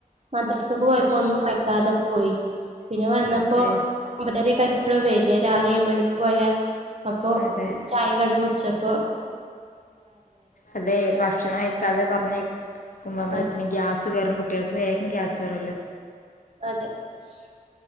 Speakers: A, on the right (about 45°); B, on the left (about 65°).
A: മദ്രസക്ക് പോയപ്പോ
B: ഭക്ഷ
A: ഒന്നും കഴക്കാതെ പോയി പിന്നെ വന്നപ്പോ
B: അതെ
A: ഒമ്പതരയെക്കെ ആയപ്പ് പ്പളാ വെരിയാ രാവിലെ ഏഴുമണിക്ക് പോയാൽ അപ്പൊ
B: അതെ
A: ചായിം കടിം കുടിച്ച പ്പോ
B: അതെ ഭാക്ഷണായി <unintelligible>
A: അതെ
B: <unintelligible> ഗ്യാസ് കേറും കുട്ടിയൾക്ക് വേഗം ഗ്യാസ് കേറോല്ലോ
A: അതെ ശൂ